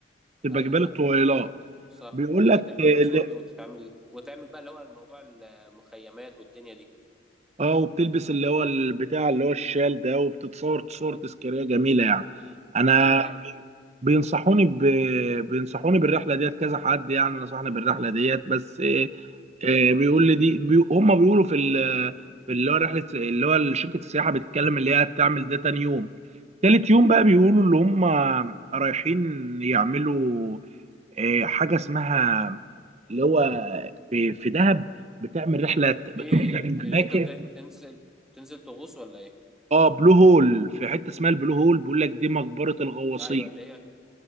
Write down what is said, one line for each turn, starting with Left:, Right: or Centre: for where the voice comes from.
Right: تبقى
Centre: وايوه
Right: جبال الطويلات
Centre: صح
Right: بيقول
Centre: وتركب
Right: لك اللي...
Centre: الباتش باجي وتتعمل وتعمل بقى اللي هو الموضوع المخيمات والدنيا دي
Right: اه وبتلبس اللي هو البتاع اللي هو الشال ده وبتتصور تصور تذكاريه جميله يعني انا
Centre: حلو جدا
Right: بينصحوني ب... بينصحوني بالرحله ديت كذا حد يعني نصحني بالرحله ديت بس إيه إيه بيقول لي دي بي... هم بيقولوا في ال... في اللي هو رحله اللي هو شركه السياحه بتتكلم اللي هي هتعمل ده تاني يوم تالت يوم بقى بيقولوا اللي هم رايحين يعملوا إيه حاجه اسمها اللي هو في في دهب بتعمل رحله
Centre: في
Right: بتروح
Centre: اللي
Right: اماكن
Centre: انت بت- تنزل تنزل تغوص ولا ايه
Right: اه بلو هول في حته اسمها البلو هول بيقول لك دي مقبره الغواصين
Centre: ايوه اللي هي